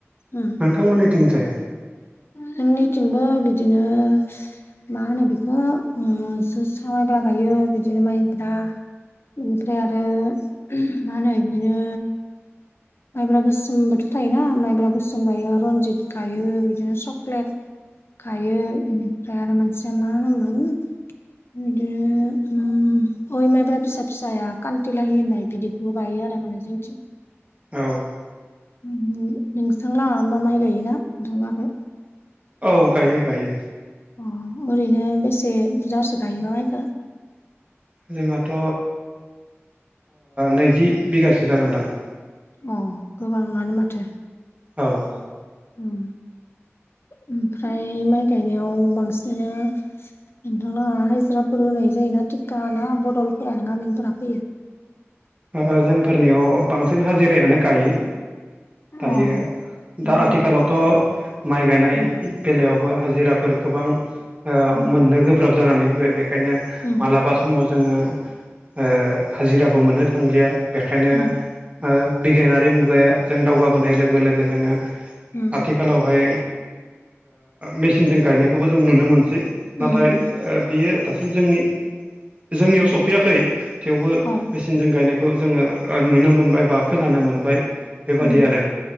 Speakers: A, on the left; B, on the right.
A: उम
B: नोंथांमोननिथिंजाय
A: जोंनिथिंबो बिदिनो मा होनो बेखौ जोसा मायब्रा गायो बिदिनो माइब्रा बेनिफ्राय आरो मा होनो बिदिनो माइब्रा गोसोमबोथ' थायोना माइब्रा गोसोम गायो रनजित गायो बिदिनो सक्लेट गायो बेनिफ्राय आरो मोनसे मा होनोमोन बिदिनो उ अय माइब्रा फिसा फिसाया खान्थिलाहि होननाय बिदि गायो आरो माने जों थिग
B: औ
A: नोंथां ला होनबा माइ गायोना नोंथाङाबो
B: औ गायो गायो
A: अ ओरैनो बेसे बुरजासो गायोबा माइखौ
B: जोंहाथ' नैजि बिगासो जागोनदां
A: अ गोबाङानो माथो
B: औ
A: उम ओमफ्राय माइ गायनायाव बांसिनानो नोंथांना हाजिराफोर होनाय जायोना थिका ना बदलफोरानो गामिनफोरा फैयो
B: ओ जोंफोरनियाव बांसिन हाजिरायानो गायो दायो
A: अ उम
B: दा आथिखालावथ' माइ गायनाय
A: उम
B: बेलायावबो हाजिराफोर गोबां ओ
A: उम
B: मोननो गोब्राब जानानै फैबाय बेखायनो मालाबा
A: उम
B: समाव जोङो ओ हाजिराबो मोननो थांलिया बेखायनो
A: उम
B: ओ बिगियानारि मुगाया जों दावगाबोनाय लोगो लोगो जोङो
A: उम
B: आथिखालावहाय मेचिनजों गायनायखौबो जों नुनो मोनसै नाथाय
A: उम उम
B: बियो दासिम जोंनि जोंनियाव सफैयाखै थेवबो
A: अ
B: सिन जों गायनायखौ जोङो नुनो मोनबाय बा खोनानो मोनबाय बेबादि
A: उम
B: आरो